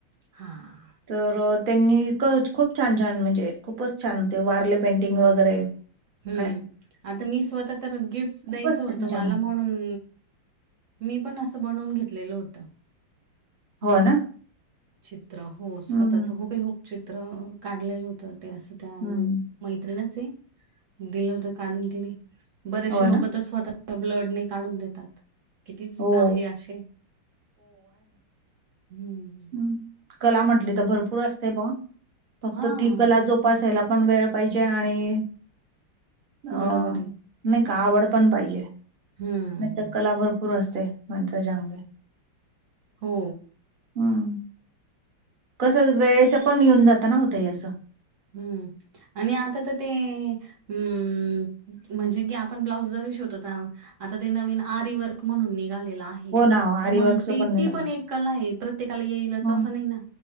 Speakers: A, on the right (about 45°); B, on the right (about 85°).
A: हां.
B: तर त्यांनी इकच खूप छान छान म्हणजे खूपच छान ते वारले पेंटिंग वगैरे.
A: हम्म
B: काय
A: आता मी स्वतः तर गिफ्ट द्यायचं
B: खूपच
A: होतं
B: छान
A: माला
B: छान
A: म्हणून. मी पण असं बनवून घेतलेलं होतं.
B: हो ना.
A: चित्र हो स्वतःच
B: हं,
A: हुबेहुब चित्र काढलेलं हो तर ते असं त्या मुल
B: हं.
A: मैत्रिणच आहे. दिलं होत काढून तिने बरेचसे
B: हो ना?
A: लोक तर स्वतः ब्लडने काढून देतात. किती सहाय्य
B: हो,
A: अशे हम्म.
B: हम्म कला म्हटली तर भरपूर असते बुवा फक्त
A: हां.
B: ती कला जोप पसायला पण वेळ पाहिजे आणि अ.
A: बरोबर आहे.
B: नही का आवड पण पाहिजे
A: हं.
B: निस्त कला भरपूर असते माणसाच्या अंगात.
A: हो.
B: हम्म, कस वेळेच पण येऊन जात ना हो ताई अस.
A: हम्म आणि आता तर ते. हम्म, म्हणजे की आपण ब्लाउज जरी शिवतो तार आता ते नवीन आरी वर्क. म्हणून निघालेला आहे.
B: हो ना,
A: तर
B: आरीवर्कचं
A: मंग ते
B: निघालं.
A: ती पण एक कला आहे प्रत्येकाला येईलच
B: हं.
A: असं नही ना.